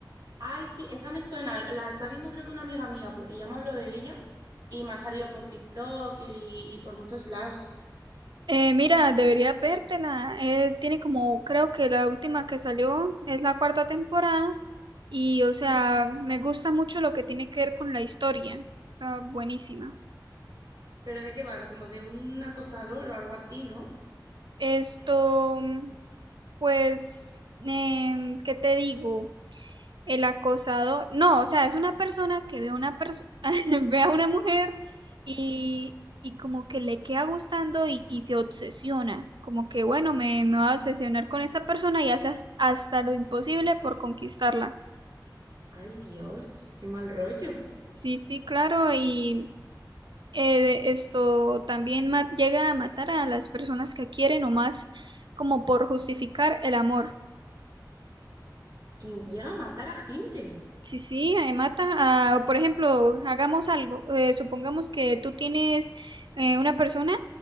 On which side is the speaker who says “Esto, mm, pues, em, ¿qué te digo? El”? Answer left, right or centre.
Right